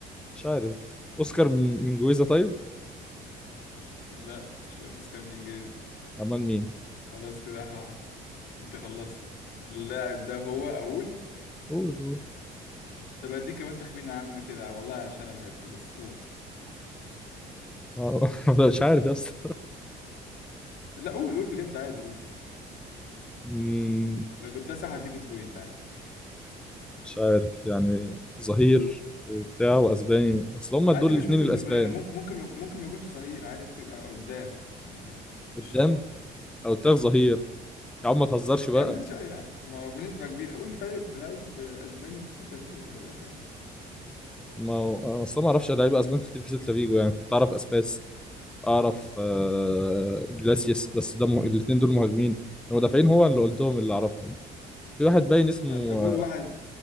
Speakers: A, in the centre; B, on the left.
A: مش عارف اوسكار م- من جويزا طيب
B: لا مش أوسكار من جيز
A: عمال مين
B: خلاص كده احنا- أنت خلصت اللاعب ده هو أقول
A: قول قول
B: طب هديك كمان تخمين عام كده والله عشان أنا بحبك بس قول
A: آه، <laughs> أنا مش عارف يا اسطى
B: لا قول قول بجد عادي قول
A: مم،
B: لو جبتها صح هديك البوينت عادي
A: مش عارف يعني ظهير وبتاع واسباني اصل هما
B: عادي
A: دول
B: مش
A: الاثنين
B: ممكن
A: الاسبان
B: يكون ممكن ممكن ممكن ما يكونش ظهير عادي ممكن يبقى قدام يعني مش
A: قدام
B: شرط
A: انا قلت لك ظهير يا عم ما تهزرش بقى
B: يا عم ان شاء الله يعني. ما هو بنسبة كبيرة قول لي طيب لعيب اسباني في سيلتا فيجو طيب اي حاجة
A: ما هو- اصل ما اعرفش لعيبه اسبان كتير في سيلتا فيجو يعني كنت اعرف اسباس اعرف آه جلاسيس بس ده م... الاثنين دول مهاجمين المدافعين هو اللي قلتهم اللي اعرفهم في واحد باين اسمه
B: لا طب قول
A: آه،
B: واحد